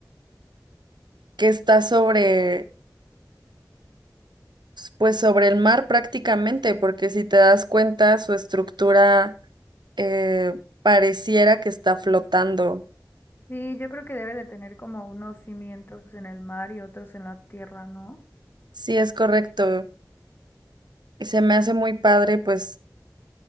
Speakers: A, on the right (about 85°); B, on the left (about 30°).
A: que está sobre, pues sobre el mar prácticamente, porque si te das cuenta, su estructura eh, pareciera que está flotando.
B: Sí, yo creo que debe de tener como unos cimientos en el mar y otros en la tierra, ¿no?
A: Sí, es correcto. Y se me hace muy padre, pues